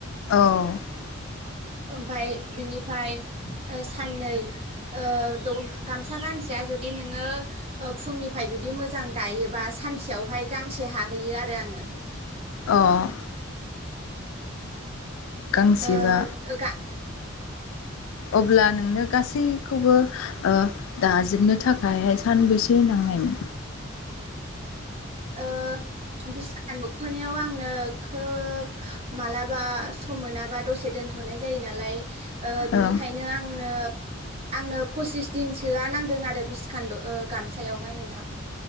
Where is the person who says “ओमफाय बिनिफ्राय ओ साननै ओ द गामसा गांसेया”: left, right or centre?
Right